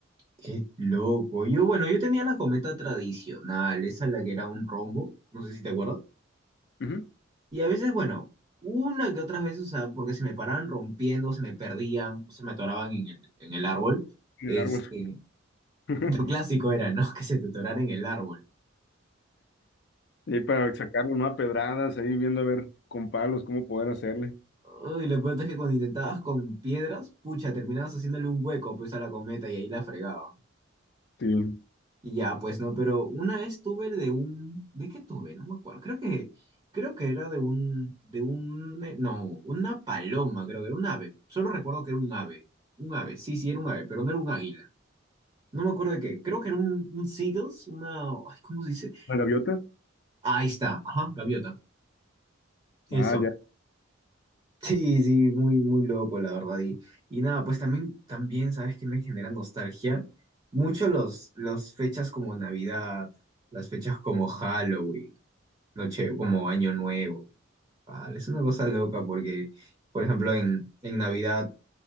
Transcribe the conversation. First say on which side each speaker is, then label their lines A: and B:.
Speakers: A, on the right (about 25°); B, on the left (about 55°).
A: Qué loco. Yo, bueno, yo tenía la cometa tradicional, esa la que era un rombo, no sé si te acuerdas.
B: ujú,
A: Y a veces, bueno, una que otras veces, o sea, porque se me paraban rompiendo, se me perdían, o se me atoraban en el, en el árbol.
B: en
A: Este,
B: el árbol. <laughs>
A: <laughs> lo clásico era, ¿no? <laughs> Que se te atorara en el árbol.
B: Y para sacarlo, ¿no? A pedradas, ahí viendo a ver con palos cómo poder hacerle.
A: Uy, lo peor es que cuando intentabas con piedras, pucha, terminabas haciéndole un hueco pues a la cometa y ahí la fregaban.
B: Sí.
A: Y ya, pues no, pero una vez tuve de un, ¿de qué tuve? No me acuerdo. Creo que, creo que era de un, de un, eh, no, una paloma, creo que era un ave. Solo recuerdo que era un ave, un ave. Sí, sí, era un ave, pero no era un águila. No me acuerdo de qué. Creo que era un, un seagulls, una, ay, ¿cómo se dice?
B: ¿La gaviota?
A: ahí está, ajá, gaviota. Eso.
B: Ah, ya.
A: Sí, sí, muy, muy loco, la verdad. Y, y nada, pues también, también, ¿sabes que me genera nostalgia? Mucho los, los fechas como Navidad, las fechas como Halloween. noche, como Año Nuevo. vale Es una cosa loca porque, por ejemplo, en, en Navidad